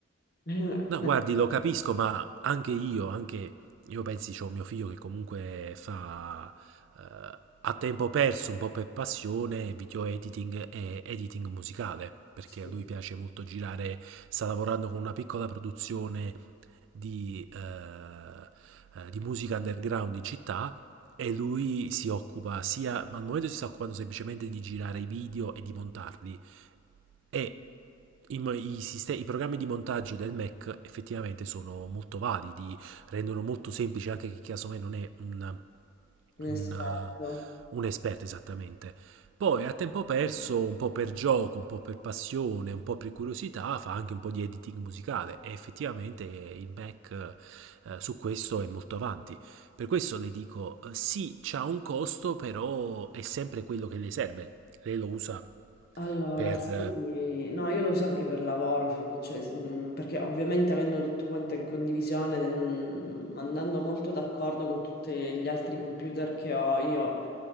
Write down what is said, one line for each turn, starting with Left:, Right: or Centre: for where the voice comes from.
Left: <laughs> Perché
Right: No, guardi, lo capisco, ma anche io, anche io pensi, c'ho mio figlio che comunque fa eh, a tempo perso, un po' per passione, video editing e editing musicale, perché
Left: Sì,
Right: a lui piace molto girare, sta lavorando con una piccola produzione di, eh, eh, di musica underground in città e lui si occupa sia, ma al momento si sta occupando semplicemente di girare i video e di montarli e i, mo- i siste- i programmi di montaggio del Mac effettivamente sono molto validi, rendono molto semplice anche chi casomai non è un,
Left: mi
Right: un,
Left: aspetto.
Right: un esperto esattamente. Poi a tempo perso, un po' per gioco, un po' per passione, un po' per curiosità, fa anche un po' di editing musicale e effettivamente il Mac eh, su questo è molto avanti. Per questo le dico, eh, sì, c'ha un costo, però è sempre quello che le serve. Lei lo usa
Left: Allora,
Right: per...
Left: sì, no, io lo uso anche per lavoro, f- cioè, s- mh, perché ovviamente avendo tutto quanto in condivisione, ed, mh, andando molto d'accordo con tutti gli altri computer che ho, io